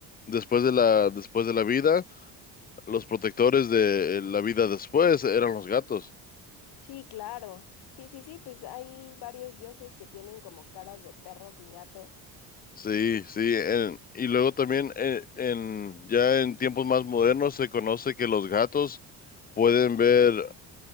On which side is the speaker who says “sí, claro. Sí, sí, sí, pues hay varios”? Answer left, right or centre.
Left